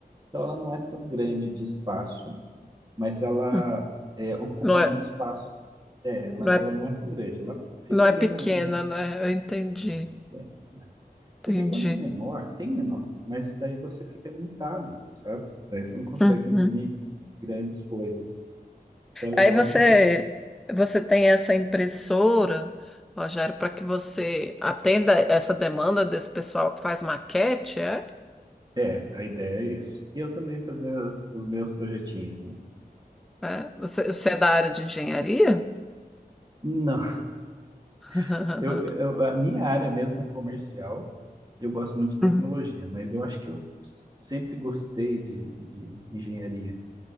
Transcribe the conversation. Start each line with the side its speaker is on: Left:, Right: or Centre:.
Right: Então, ela não é tão grande de espaço, mas ela
Centre: Hum.
Right: é, ocupa
Centre: Não é,
Right: muito espaço. É, ela,
Centre: não
Right: ela
Centre: é,
Right: não é tão grande, ela fica
Centre: não é
Right: ali
Centre: pequena,
Right: na, na-
Centre: né? Eu entendi,
Right: pequena, né? Porque
Centre: entendi.
Right: quanto menor, tem menor, mas daí você fica limitado, sabe? Daí você não consegue
Centre: Uhum.
Right: imprimir grandes coisas. Então é legal
Centre: Aí você
Right: que você.
Centre: você tem essa impressora, Rogério, para que você atenda essa demanda desse pessoal que faz maquete, é?
Right: É, a ideia é isso. E eu também fazer os meus projetinhos, né?
Centre: É? Você, você é da área de engenharia?
Right: Não,
Centre: <laughs>
Right: <laughs> eu, eu- a minha área mesmo é comercial. Eu gosto muito de tecnologia,
Centre: Uhum.
Right: mas eu acho que eu s- sempre gostei de, de engenharia.